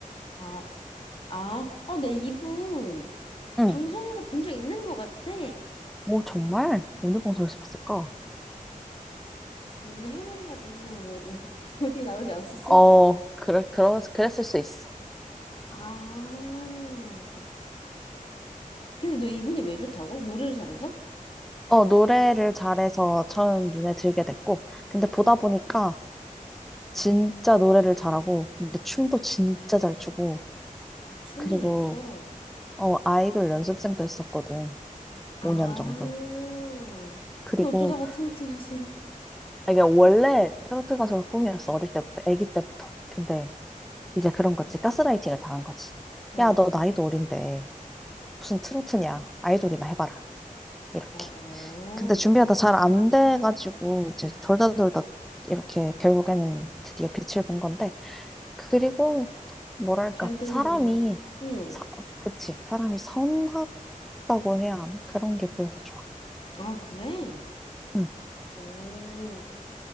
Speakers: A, on the left (about 40°); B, in the centre.
A: 아, 아, 어, 나 이분
B: 응.
A: 방송에서 본 적 있는 것 같아.
B: 뭐 정말? 어느 방송에서 봤을까?
A: 뭐 우리 할머니가 보시는 뭐, 뭐 어디에 나오지 않았었을까?
B: 어, 그래, 그러, 그랬을 수 있어.
A: <laughs> 아, 근데 너 이분이 왜 좋다고? 노래를 잘해서?
B: 어, 노래를 잘해서 처음 눈에 들게 됐고, 근데 보다 보니까 진짜 노래를 잘하고, 근데 춤도 진짜 잘 추고,
A: 어, 춤도
B: 그리고,
A: 잘 춰.
B: 어, 아이돌 연습생도 했었거든.
A: 아.
B: 5년 정도. 그리고
A: 근데 어쩌다가 트로트 가수를.
B: 아, 이게 원래 트로트 가수가 꿈이었어. 어릴 때부터, 아기 때부터. 근데 이제 그런 거지. 가스라이팅을 당한 거지.
A: 아,
B: 야, 너 나이도 어린데 무슨 트로트냐. 아이돌이나 해봐라. 이렇게.
A: 어,
B: 근데 준비하다 잘 안 돼가지고 이제 돌다 돌다 이렇게 결국에는 드디어 빛을 본 건데. 그리고 뭐랄까
A: 잘 됐네.
B: 사람이
A: 응.
B: 사, 그치. 사람이 선하다고 해야 하나? 그런 게 보여서 좋아.
A: 아, 그래?
B: 응,
A: 오.